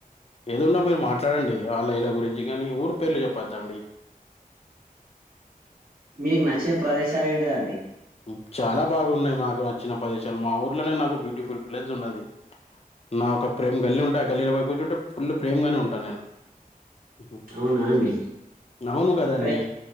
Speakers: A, on the left; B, on the right.
A: ఏదున్నా మీరు మాట్లాడండి ఆలా ఇలా గురించి కానీ ఊరు పేర్లు చెప్పద్దాఅండి
B: మీకు నచ్చిన ప్రదేశాలు ఏంటిదండి
A: హ్మ్ చాలా బాగున్నాయి మాకు నచ్చిన ప్రదేశాలు మా ఊర్లోనే నాకు బ్యూటిఫుల్ ప్లేస్ ఉన్నది నా ఒక ప్రేమ గల్లీ ఉంటా ఆ గల్లీలో పోయి కూర్చుంటే ఫుల్లు ప్రేమ గానే ఉంటాను నేను ఉహు.
B: అవునా అండి
A: అవును కదండి
B: అక్కడే